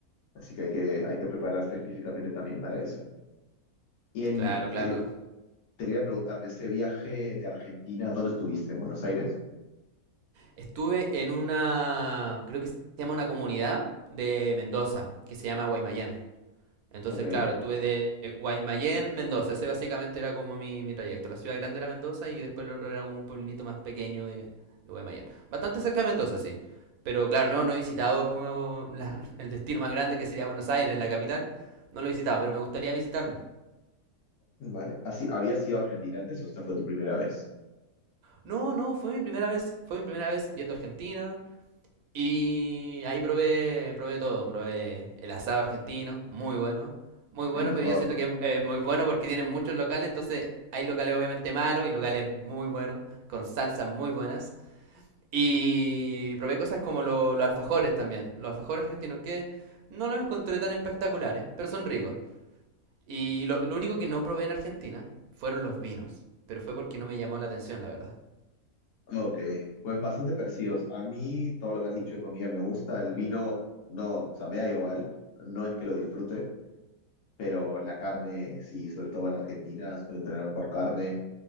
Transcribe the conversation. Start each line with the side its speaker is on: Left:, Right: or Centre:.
Left: Así que hay que, hay que prepararse físicamente también para eso. Y en,
Right: Claro,
Left: te,
Right: claro.
Left: te quería preguntar, de este viaje de Argentina, ¿dónde estuviste? ¿En Buenos Aires?
Right: Estuve en una, creo que se llama una comunidad de Mendoza, que se llama Guaymallén. Entonces,
Left: Ok,
Right: claro, tuve de Guaymallén, Mendoza. Ese básicamente era como mi, mi trayecto. La ciudad grande era Mendoza y después lo otro era como un pueblito más pequeño de, de Guaymallén. Bastante cerca de Mendoza, sí. Pero claro, no, no he visitado como la- <laughs> el destino más grande que sería Buenos Aires, la capital. No lo he visitado, pero me gustaría visitarlo.
Left: vale. Así, ¿habías ido a Argentina antes o esta fue tu primera vez?
Right: No, no, fue mi primera vez. Fue mi primera vez yendo a Argentina. Y ahí probé, probé todo, probé el asado argentino, muy bueno, muy bueno,
Left: El mejor.
Right: pero yo siento que es eh, muy bueno porque tienen muchos locales, entonces hay locales obviamente malos y locales muy buenos, con salsas muy buenas. Y probé cosas como lo- los alfajores también, los alfajores argentinos que no los encontré tan espectaculares, pero son ricos. Y lo, lo único que no probé en Argentina fueron los vinos, pero fue porque no me llamó la atención, la verdad.
Left: Ok, pues bastante parecidos. A mí todo lo que has dicho de comida me gusta. El vino, no, o sea, me da igual. No es que lo disfrute, pero la carne, sí, sobre todo en Argentina, suelen tener mejor carne.